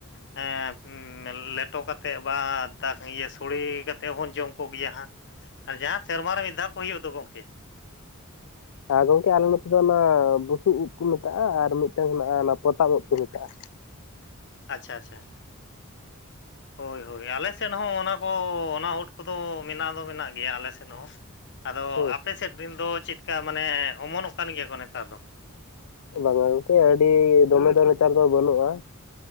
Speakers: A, on the left; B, on the left.
A: ᱦᱮᱸ ᱩᱸ ᱞᱮᱴᱚ ᱠᱟᱛᱮ ᱵᱟ ᱫᱟ ᱤᱭᱟᱹ ᱥᱚᱲᱮ ᱠᱟᱛᱮ ᱦᱚᱸᱵᱚᱱ ᱡᱚᱢ ᱠᱚᱜᱮᱭᱟ ᱦᱟᱸ᱾ ᱟᱨ ᱡᱟᱦᱟᱸ ᱥᱮᱨᱢᱟ ᱨᱮ ᱢᱤᱫ ᱫᱷᱟᱣ ᱠᱚ ᱦᱩᱭᱩᱜ ᱫᱚ ᱜᱚᱝᱠᱮ᱾
B: ᱟᱨ ᱜᱚᱝᱠᱮ ᱟᱞᱮ ᱱᱚᱛᱮ ᱫᱚ ᱚᱱᱟ ᱵᱩᱥᱩᱵ ᱩᱫ ᱠᱚ ᱢᱮᱛᱟᱜ-ᱟ ᱟᱨ ᱢᱤᱫᱴᱟᱝ ᱦᱮᱱᱟᱜ-ᱟ ᱚᱱᱟ ᱯᱚᱛᱟᱢ ᱩᱫ ᱠᱚ ᱢᱮᱛᱟᱜ-ᱟ᱾
A: ᱟᱪᱪᱷᱟ ᱟᱪᱪᱷᱟ᱾ ᱦᱳᱭ ᱦᱳᱭ, ᱟᱞᱮ ᱥᱮᱱ ᱦᱚᱸ ᱚᱱᱟ ᱠᱚ ᱚᱱᱟ ᱩᱫ ᱠᱚᱫᱚ ᱢᱮᱱᱟᱜ ᱫᱚ ᱢᱮᱱᱟᱜ ᱜᱮᱭᱟ ᱟᱞᱮ ᱥᱮᱱ ᱦᱚᱸ᱾ ᱟᱫᱚ
B: ᱦᱮᱸ
A: ᱟᱯᱮ ᱥᱮᱫ ᱢᱮᱱᱫᱚ ᱪᱮᱫᱠᱟ ᱢᱟᱱᱮ ᱚᱢᱚᱱᱚᱜ ᱠᱟᱱ ᱜᱮᱭᱟ ᱠᱚ ᱱᱮᱛᱟᱨ ᱫᱚ?
B: ᱚᱱᱟ ᱫᱚ ᱜᱚᱝᱠᱮ ᱟᱹᱰᱤ ᱫᱚᱢᱮ ᱫᱚ ᱱᱮᱛᱟᱨ ᱫᱚ ᱵᱟᱹᱱᱩᱜ-ᱟ